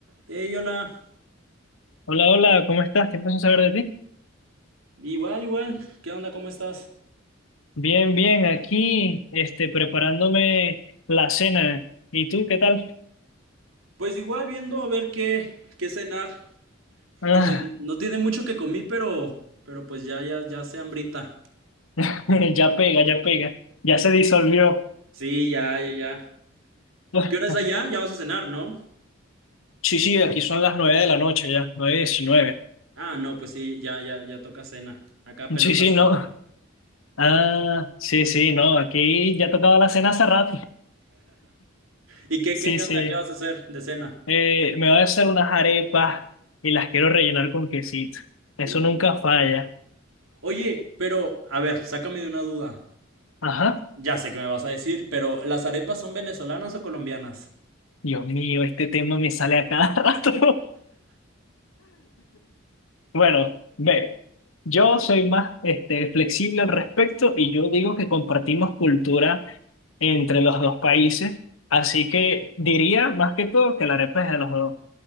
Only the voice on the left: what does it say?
Hola, hola, ¿cómo estás? Tiempo sin saber de ti.
Bien, bien, aquí, este, preparándome la cena. ¿Y tú qué tal?
Ah,
<laughs> ya pega, ya pega. Ya se disolvió.
<laughs>
Sí, sí, aquí son las nueve de la noche ya, nueve diecinueve.
Sí, sí,
no. Ah, sí, sí, no, aquí ya tocaba la cena hace rato.
Sí,
sí.
Eh, me voy a hacer unas arepas y las quiero rellenar con quesito. Eso
nunca falla.
Ajá.
Dios mío, este tema me sale a cada <laughs> rato. Bueno, ve, yo soy más este, flexible al respecto y yo digo que compartimos cultura entre los dos países, así que diría más que todo que la arepa es de los dos.